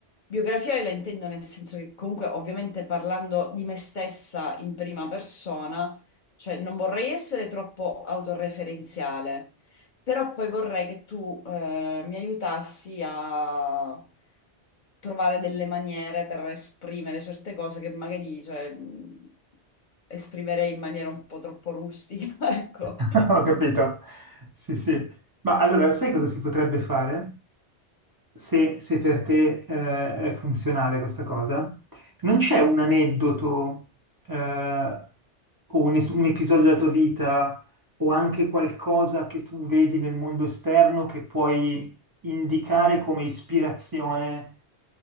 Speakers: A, on the left; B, on the right.
A: Biografia io la intendo nel senso che comunque ovviamente parlando di me stessa in prima persona, cioè non vorrei essere troppo autoreferenziale, però poi vorrei che tu eh, mi aiutassi a trovare delle maniere per esprimere certe cose che magari cioè, mh, esprimerei in maniera un po' troppo rustica, <laughs> ecco.
B: <laughs> Ho capito. Sì, sì. Ma allora, sai cosa si potrebbe fare? Se, se per te, eh, è funzionale questa cosa? Non c'è un aneddoto, eh, o un, es- un episodio della tua vita o anche qualcosa che tu vedi nel mondo esterno che puoi indicare come ispirazione,